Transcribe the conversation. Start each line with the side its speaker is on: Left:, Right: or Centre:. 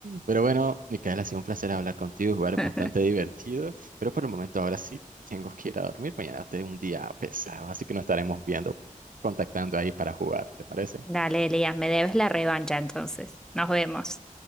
Right: Pero bueno, Micaela, ha sido un placer hablar contigo, jugar
Centre: <laughs>
Right: bastante divertido. Pero por el momento ahora sí tengo que ir a dormir. Mañana es un día pesado, así que nos estaremos viendo, contactando ahí para jugar, ¿te parece?
Centre: Dale, Elías, me debes la revancha entonces. Nos vemos.